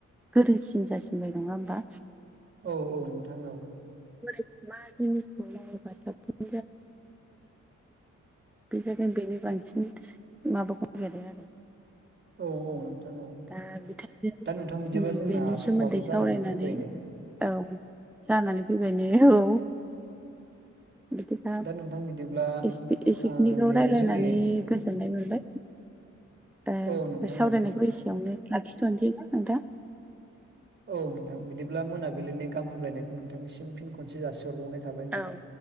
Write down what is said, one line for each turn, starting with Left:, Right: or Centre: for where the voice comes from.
Centre: गोरोंसिन जासिनबाय नङा होमबा
Right: औ औ नोंथां औ।
Centre: <unintelligible> बबेजों खालामोबा साबसिन जागोन बेनो बांसिन माबा <unintelligible> आरो
Right: औ औ नोंथां औ
Centre: दा बिथांजों
Right: दा नोंथां बिदिबा
Centre: उम
Right: जोंना
Centre: बेनि सोमोन्दै
Right: समाबो
Centre: सावरायनानै
Right: जानानै फैबाय नै
Centre: औ जानानै फैबाय ने औ बिदिबा
Right: दा नोंथां बिदिब्ला
Centre: एसे-एसेखिनिखौ
Right: ओ नैबे
Centre: रायलायनानै
Right: जोंनि
Centre: गोजोननाय मोनबाय दा
Right: औ नोंथां
Centre: सावरायनायखौ
Right: ओं
Centre: एसेयावनो लाखिथ'नोसै नोंथां
Right: औ नोंथां बिदिब्ला मोनाबिलिनि गाहाम हामलायनायखौ नोंथांनिसिम फिन खनसे जासिहरबावनाय थाबाय नोंथां
Centre: औ